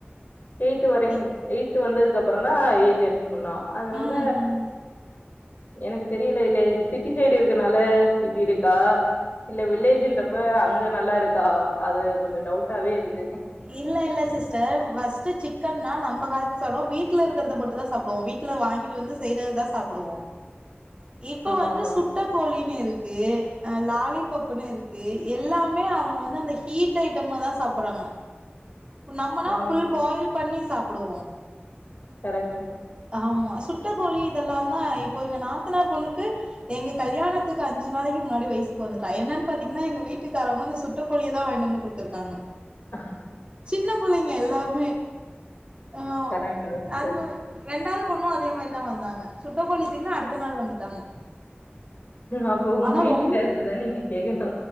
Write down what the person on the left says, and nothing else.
எயி்த்து வரைம்
எயித்து வந்ததுக்கு அப்பறந்தா ஏஜ் அட்டென் பண்ணோ அதனால
எனக்கு தெரில இல்ல சிட்டி சைடு இருக்குனால இப்டி இருக் கா இல்ல வில்லேஜ்ன்றப்ப அங்க நல்லாருக்கா அது கொஞ்சோ டவுட்டாவே இருக்கு
ஆமா
ஆமா
ஆ
கரெக்ட்
ஆ
கரெக்ட்
அப்போ உங்க
வீட்டுக்கார்கிட்டதா
நீங்க கேக்கணு